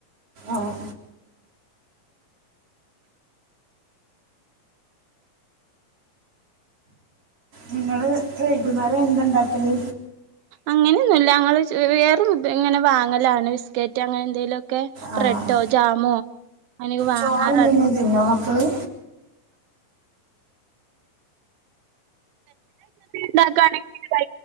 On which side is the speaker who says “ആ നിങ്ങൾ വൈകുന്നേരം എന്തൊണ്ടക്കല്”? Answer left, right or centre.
Right